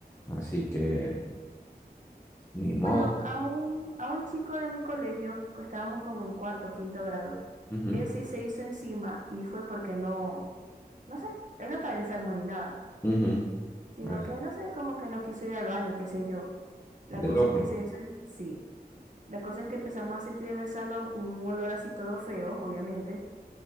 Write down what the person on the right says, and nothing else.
Bueno, a un, a un chico de mi colegio, que estábamos como en cuarto, quinto grado,
él sí se hizo encima y fue porque no, no sé, él no estaba enfermo ni nada,
sino
que no sé, como que no quiso ir al baño, qué sé yo. La
cosa
es que se hizo, en- sí. La cosa es que empezamos a sentir en el salón un olor así todo feo, obviamente.